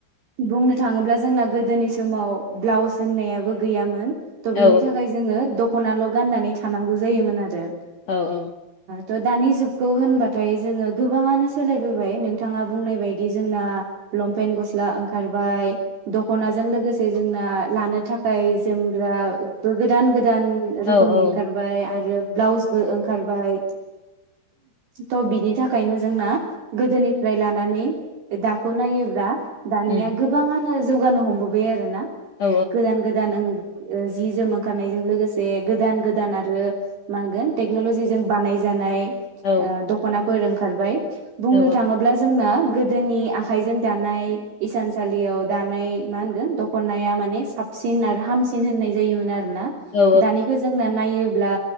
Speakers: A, on the right; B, on the left.
A: बुंनो थाङोब्ला जोंना गोदोनि समाव ब्लाउस होननायाबो गैयामोन। त
B: औ
A: बिनि थाखाय जोङो द ख'नाल गाननानै थानांगौ जायोमोन आरो।
B: औ औ।
A: थ दानि जुगखौ होनबाथाय जोङो गोबाङानो सोलायबोबाय नोंथाङा बुंनाय बायदि जोंना लंपेन गस्ला ओंखारबाय दखनाजों लोगोसे जोंना लानो थाखाय जोमग्रा गोदान गो गोदान
B: औ
A: रोखोमनि
B: औ
A: ओंखारबाय आरो ब्लाउसबो ओंखारबाय थ' बिनि थाखायनो जोंना गोदोनिफ्राय लानानै दाखौ नायोब्ला दानिया
B: उम
A: गोबाङानो जौगानो हमबोबाय आरो ना?
B: औ
A: गोदान गोदान ओं ओ जि जोम ओंखारनायजों लोगोसे गोदान गोदान आरो मानगोन टेक्नलजिजों बानायजानाय
B: औ
A: आ दखना फोर ओंखारबाय। बुंनो
B: औ
A: थाङोब्ला जोंना गोदोनि आखाइजों दानाय इसानसालियाव दानाय ना होनगोन दखनाया माने साबसिन आरो हामसिन होननाय जायोमोन आरो। आरोना
B: औ
A: दानिखौ जोंना नायोब ब्ला